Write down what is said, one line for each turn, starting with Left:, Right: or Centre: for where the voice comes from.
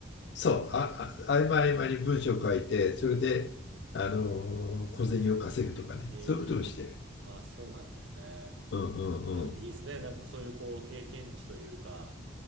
Left: そう、あ、あ合間合間に文章を書いて、それで、あのー小銭を稼ぐとかね、
Right: ええー、
Left: そういうことをしてる。
Right: ああ、そうなんですね。
Left: うんうんうん。
Right: いや、でもいいですね。なんかそういうこう、経験値というか、